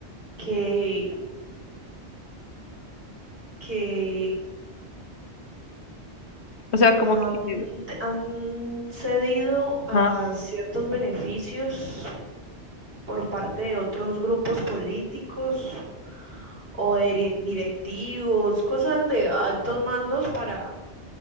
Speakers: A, on the right (about 55°); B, on the left (about 70°).
A: que, que
B: O sea, como
A: han,
B: que...
A: han cedido a
B: ajá.
A: ciertos beneficios por parte de otros grupos políticos o de directivos, cosas de altos mandos para,